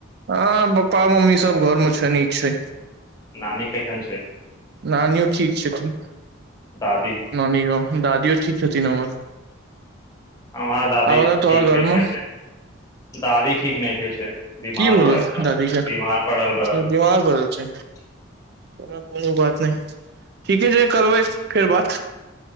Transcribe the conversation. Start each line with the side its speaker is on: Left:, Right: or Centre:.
Right: हँ पप्पा मम्मी सब घर मे छै नीक छै
Left: नानी कैसन छै
Right: नानीयौ ठीक छै छथिन
Left: दादी
Right: नानी गाँव दादी यौ ठीक छथिन हमर
Left: हमार दादी
Right: आब बताउ
Left: ठीक
Right: तोहर घर
Left: देखियौ
Right: मे
Left: छै दादी ठीक नहि खे छै बीमार
Right: की भेलौ
Left: पड़ल रह
Right: दादी
Left: बीमार पड़ल
Right: के
Left: रहल रह
Right: बीमार पड़ल छै कोनो बात नहि ठीके छै करबै फेर बात